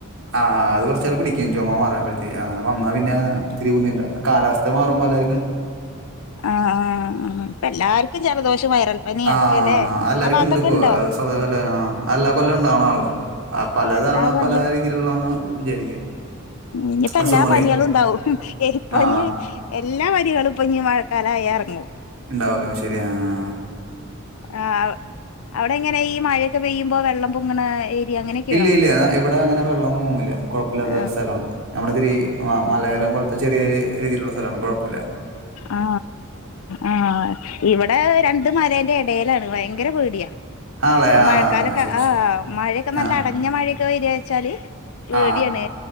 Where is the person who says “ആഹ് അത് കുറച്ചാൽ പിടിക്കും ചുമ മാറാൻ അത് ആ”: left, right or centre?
Right